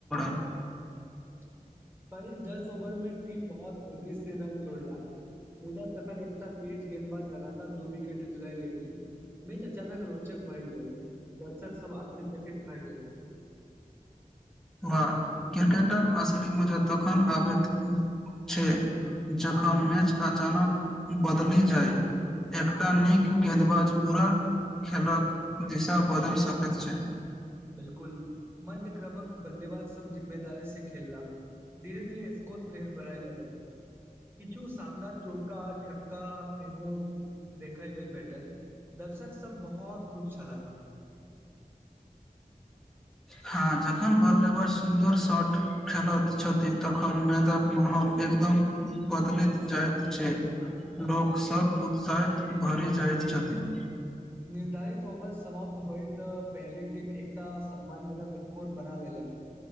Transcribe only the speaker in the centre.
<unintelligible>
वा क्रिकेटक असली मजा तखन आबैत छै जखन मैच अचानक बदलि जाय एकटा नीक गेंदबाज पूरा खेलक दिशा बदलि सकैत छै
हँ जखन बल्लेबाज सुन्दर शॉट खेलैत छथि तखन मैदक माहौल एकदम बदलैत जाइत छै लोकसब उत्साहित भरि जाइत छथिन